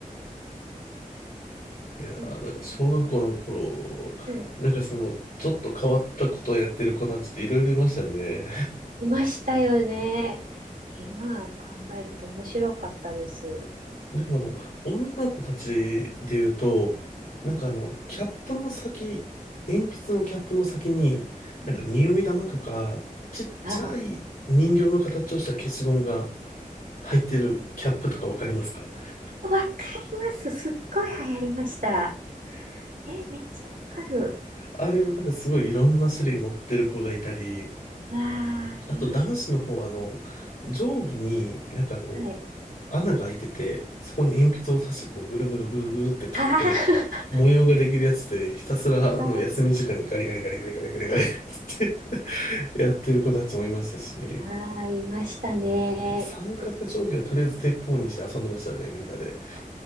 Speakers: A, on the left; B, on the right.
A: いやー、
B: うん
A: なんか小学校の頃、
B: はい
A: なんかその、ちょっと変わったことをやってる子たちっていろいろいましたよね。
B: いましたよね。今考えると面白かったです。
A: でもあの、女の子たちで言うと、なんかあの、
B: うん
A: キャップの先、鉛筆のキャップの先に、
B: うん。
A: なんか匂い玉とか、ちっちゃい人形の形をした消しゴムが
B: あ
A: 入ってるキャップとかわかりますか
B: あわかります。すっごい流行りました。え、めっちゃわかる。
A: あれをなんかすごいいろんな種類持ってる子がいたり、
B: わあ、
A: あと男子の方はあの、
B: いました。
A: 定規になんかあの、
B: はい。
A: 穴が開いてて、そこに鉛筆を刺して、こう、ぐるぐるぐるぐるって書くと、
B: あー
A: 模様ができるやつで、ひたすら、
B: <laughs>
A: あの、休み時間にガリガリガリガリガリガリガリって
B: あ
A: <laughs> やってる子たちもいましたし、
B: ああいましたね。
A: 三角定規はとりあえず鉄砲にして遊んでましたよね、
B: ぷ
A: みんなで。
B: あ